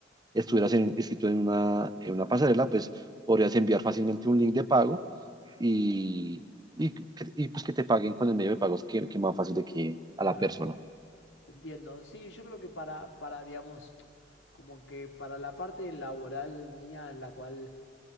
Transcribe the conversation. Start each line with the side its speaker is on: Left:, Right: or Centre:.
Right: estuvieras en, inscrito en una, en una pasarela, pues podrías enviar fácilmente un link de pago y, y, que- y, pues que te paguen con el medio de pagos que, que más fácil de que a
Left: claro.
Right: la persona.
Left: Entiendo, sí, yo creo que para, para, digamos, como que para la parte laboral mía en la cual